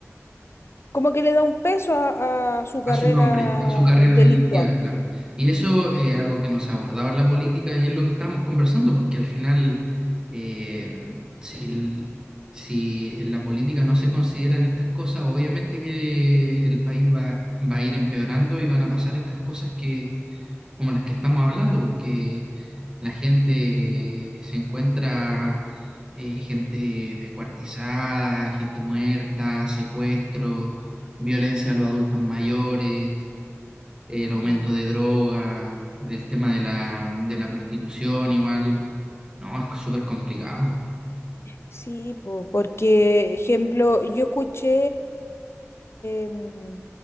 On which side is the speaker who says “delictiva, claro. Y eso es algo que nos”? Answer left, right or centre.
Right